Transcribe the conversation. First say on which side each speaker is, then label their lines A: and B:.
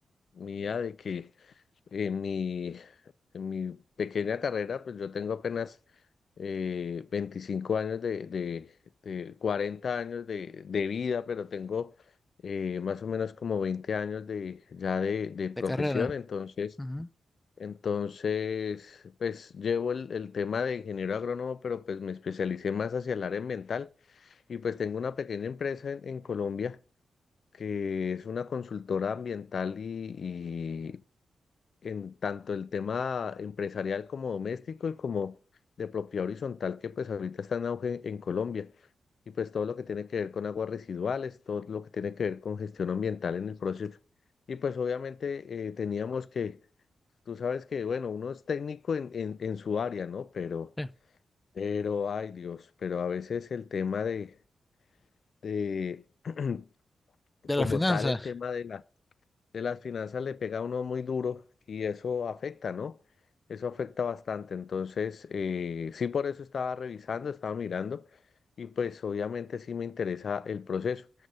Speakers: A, on the left; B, on the left.
A: mía de que en mi, en mi pequeña carrera, pues yo tengo apenas eh, 25 años de, de, de 40 años de, de vida, pero tengo eh, más o menos como 20 años de, ya de, de profesión,
B: de carrera.
A: entonces...
B: Ujú,
A: Entonces, pues llevo el, el tema de ingeniero agrónomo, pero pues me especialicé más hacia el área ambiental y pues tengo una pequeña empresa en, en Colombia que es una consultora ambiental y, y en tanto el tema empresarial como doméstico y como de propiedad horizontal que pues ahorita está en auge en Colombia. Y pues todo lo que tiene que ver con aguas residuales, todo lo que tiene que ver con gestión ambiental en el proceso. Y pues obviamente eh, teníamos que Tú sabes que, bueno, uno es técnico en, en, en su área, ¿no? Pero,
B: sí.
A: pero, ay Dios, pero a veces el tema de, de <clears throat>
B: De
A: como
B: las finanzas.
A: tal, el tema de la de las finanzas le pega a uno muy duro y eso afecta, ¿no? Eso afecta bastante. Entonces, eh, sí, por eso estaba revisando, estaba mirando y pues obviamente sí me interesa el proceso.